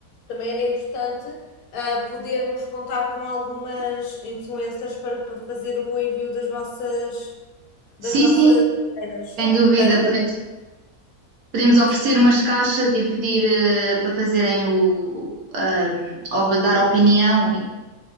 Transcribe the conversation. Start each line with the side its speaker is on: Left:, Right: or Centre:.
Left: também era importante ah, podermos contar com algumas influências para, para fazer o envio das nossas, das
Right: Sim,
Left: nossas
Right: sim,
Left: alheiras.
Right: sem dúvida,
Left: Para,
Right: podemos, podemos oferecer
Left: sim,
Right: umas caixas e pedir, eh, para fazerem o, ah, ou dar opinião e,